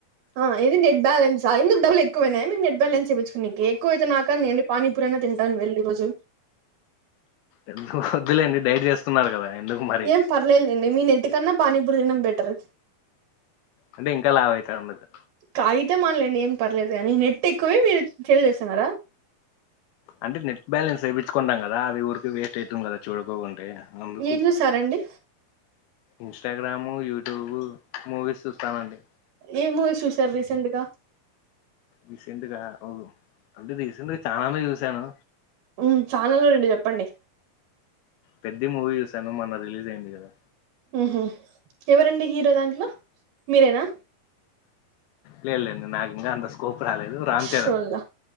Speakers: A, on the right (about 80°); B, on the left (about 80°).
A: ఆ ఏది నె బాలెన్స్ ఆ, ఎందుకు డబ్బులు ఎక్కువనయా మీక్ నె ట్ బాలెన్స్ ఎపిచుకునేకి. ఎక్కువైతే నాకన్న ఇయ్యండి. పానీపూరన్న తింటాను వెళ్ళి ఈ రోజు
B: ఎందుకు వద్దులేండి డైట్ చేస్తున్నారు కదా ఎందుకు మరి
A: ఏం పర్లేదులేండి మీ నెట్ కన్నా పానీపూరి తినడం బెటర్
B: అంటే ఇంకా లావైతర్ వదు
A: తాగితే మన్లెండి ఏం పర్లేదు గానీ నెట్ ఎక్కువే మీరు చిల్ చేస్తున్నారా?
B: అంటే నెట్ బాలెన్స్ ఎపిచుకుంటాం కదా అవి ఊరికే వేస్ట్ అయితుంది కదా చూడకోకుంటే. అందుకు
A: ఏం చూసారండి?
B: ఇన్స్టాగ్రాము, యూట్యూబు, మూవీస్ చూస్తానండి.
A: ఏ మూవీస్ చూసారు రీసెంట్ గా?
B: రీసెంట్గా ఓ అంటే రీసెంట్గా చాలానే చూసాను.
A: ఉమ్ ఛానల్లో రెండు చెప్పండి
B: పెద్ద మూవీ చూసాను. మొన్న రిలీజ్ అయింది కదా.
A: ఉహు ఎవరండి హీరో దాంట్లో మీరేనా?
B: లేద్ లేద్ నాకి ఇంకా అంత స్కోప్ రాలేదు రామ్ చరణ్
A: షోల్లా